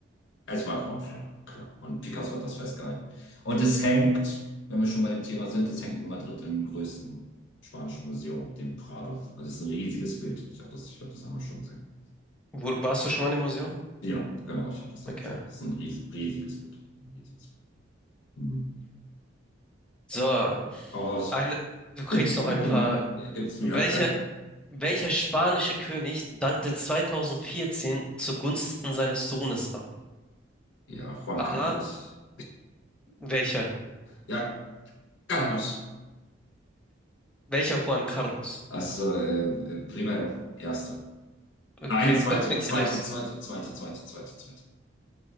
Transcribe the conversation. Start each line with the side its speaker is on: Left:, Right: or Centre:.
Left: Es war grauenvoll, klar. Und Picasso hat das festgehalten. Und es hängt, wenn wir schon bei dem Thema sind, es hängt in Madrid im größten spanischen Museum, dem Prado. Also es ist ein riesiges Bild. Ich habe das, ich hab das einmal schon gesehen.
Centre: Wo, warst du schon mal im Museum?
Left: Ja, genau, ich habe das da
Centre: Okay.
Left: gesehen. Es ist ein ries, riesiges Bild. Ein riesiges Bild. Mhm.
Centre: So,
Left: Hau raus.
Centre: eine, du kriegst
Left: <laughs>
Centre: noch ein paar.
Left: Ja, gib's mir.
Centre: Welcher, welcher spanische König dankte 2014 zugunsten seines Sohnes ab?
Left: Ja, Juan
Centre: A.
Left: Carlos.
Centre: Welcher?
Left: Ja, Carlos.
Centre: Welcher Juan Carlos?
Left: Also, äh, äh, primero, erste. Nein,
Centre: Primär
Left: zweite,
Centre: <laughs> nicht
Left: zweite,
Centre: richtig.
Left: zweite, zweite, zweite, zweite, zweite.